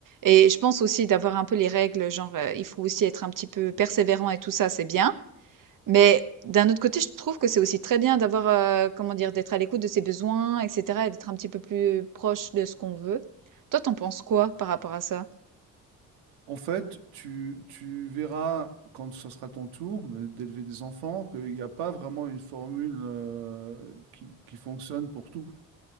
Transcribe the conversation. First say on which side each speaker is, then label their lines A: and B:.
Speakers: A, on the right; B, on the right.
A: et je pense aussi d'avoir un peu les règles, genre, heu, il faut aussi être un petit peu persévérant et tout ça, c'est bien. Mais d'un autre côté, je trouve que c'est aussi très bien d'avoir, heu, comment dire, d'être à l'écoute de ses besoins et cetera et d'être un petit peu plus proche de ce qu'on veut. Toi, t'en penses quoi par rapport à ça?
B: En fait, tu, tu verras, quand ce sera ton tour euh, d'élever des enfants, qu'il n'y a pas vraiment une formule, euh, qui, qui fonctionne pour tout.